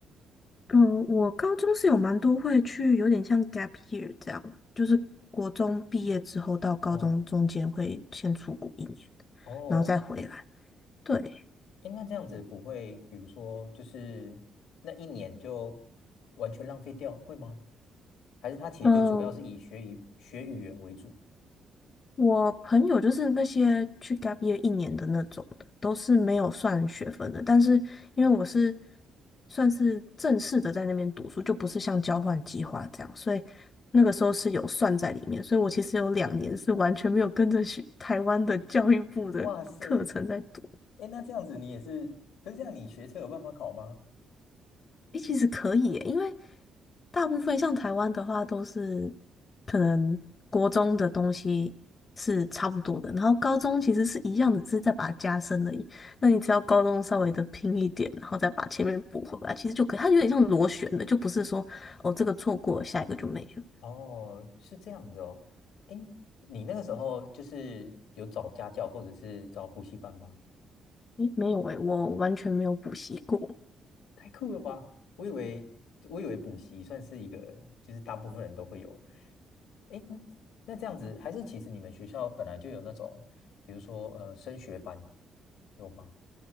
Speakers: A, on the left (about 35°); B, on the left (about 80°).
A: 嗯，我高中是有蛮多会去，有点像 gap year 这样，就是国中毕业之后到高中中间会先出国一年，
B: 哦哦，
A: 然后再回来。对，
B: 哎，那这样子不会，比如说就是那一年就完全浪费掉，会吗？还是他其实就主要是以学语学语言为主？
A: 呃我朋友就是那些去 gap year 一年的那种的，都是没有算学分的。但是因为我是算是正式的在那边读书，就不是像交换计划这样，所以那个时候是有算在里面。所以我其实有两年是完全没有跟着学台湾的教育部的课程在读。
B: 哦，哇塞，哎，那这样子你也是，可是这样你学测有办法考吗？
A: 诶，其实可以耶，因为大部分像台湾的话，都是可能国中的东西是差不多的，然后高中其实是一样的，只是再把它加深而已。那你只要高中稍微的拼一点，然后再把前面补回来，其实就可以。它有点像螺旋的，就不是说哦这个错过了下一个就没了。
B: 哦，是这样子哦。哎，你那个时候就是有找家教或者是找补习班吗？
A: 诶，没有诶，我完全没有补习过。
B: 太酷了吧！我以为我以为补习算是一个，就是大部分人都会有。哎，那那这样子，还是其实你们学校本来就有那种，比如说呃升学班，有吗？